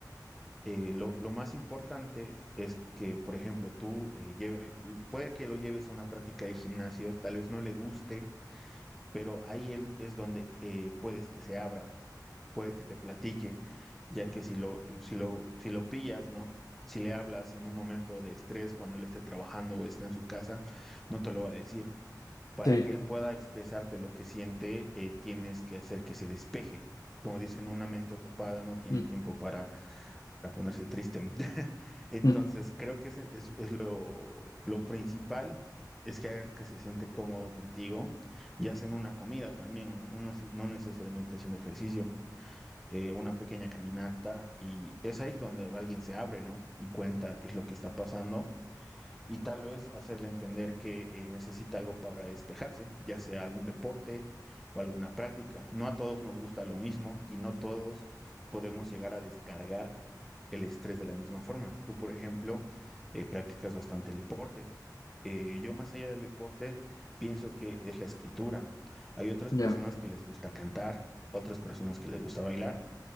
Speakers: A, in the centre; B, on the left (about 55°).
A: Eh, lo, lo más importante es que, por ejemplo, tú eh, lleve- puede que lo lleves a una práctica de gimnasio, tal vez no le guste, pero ahí él es donde eh, puedes que se abra, puede que te platique, ya que si lo, si lo, si lo pillas, ¿no? Si le hablas en un momento de estrés cuando él esté trabajando o está en su casa, no te lo va a decir para
B: Sí.
A: que él pueda expresarte lo que siente, eh, tienes que hacer que se despeje. Como dicen, una mente ocupada no tiene
B: Mm,
A: tiempo para, para ponerse triste. <laughs> Entonces,
B: mm,
A: creo que ese es, es lo, lo principal, es que hagas que se siente cómodo contigo y hacen una comida también, no, No neces- no necesariamente haciendo ejercicio, eh, una pequeña caminata y es ahí donde alguien se abre, ¿no? Y cuenta qué es lo que está pasando y tal vez hacerle entender que eh, necesita algo para despejarse, ya sea algún deporte o alguna práctica. No a todos nos gusta lo mismo y no todos podemos llegar a descargar el estrés de la misma forma. Tú, por ejemplo, eh, practicas bastante el deporte. Eh, yo más allá del deporte pienso que es la escritura. Hay otras
B: ya.
A: personas que les gusta cantar, otras personas que les gusta bailar.